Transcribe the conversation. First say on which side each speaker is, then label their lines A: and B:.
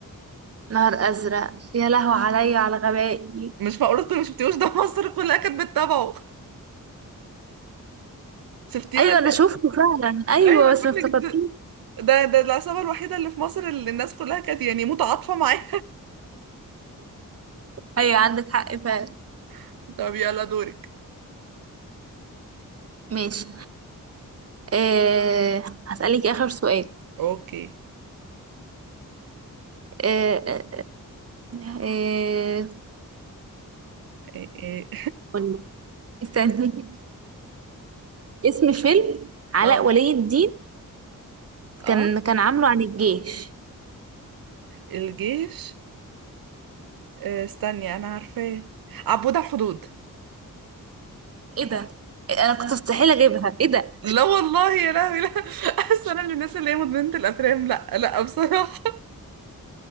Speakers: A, on the right (about 45°); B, on the right (about 85°).
A: نهر أزرق يا لهو عليا على غبائي
B: مش معقولة تكوني ما شفتيهوش ده مصر كلها كانت بتتابعه <laughs> شفتيه
A: أيوة
B: ولا
A: أنا شفته فعلا أيوة
B: ايوه انا
A: بس
B: بقول
A: ما افتكرتوش
B: لك ده ده ده العصابه الوحيده اللي في مصر اللي الناس كلها كانت يعني متعاطفه معاها
A: أيوة عندك حق فعلا
B: <laughs> طب يلا دورك
A: ماشي أه هسألك آخر سؤال
B: اوكي
A: أه أه أه
B: إيه إيه.
A: قولي. استني اسم فيلم
B: <laughs>
A: علاء
B: اه
A: ولي الدين
B: اه
A: كان كان عامله عن الجيش
B: الجيش آه، استني انا عارفاه عبود على الحدود
A: ايه ده انا كنت مستحيل اجيبها ايه ده
B: لا والله يا لهوي لا <laughs> اصل انا من الناس اللي هي مدمنه الافلام لا لا بصراحه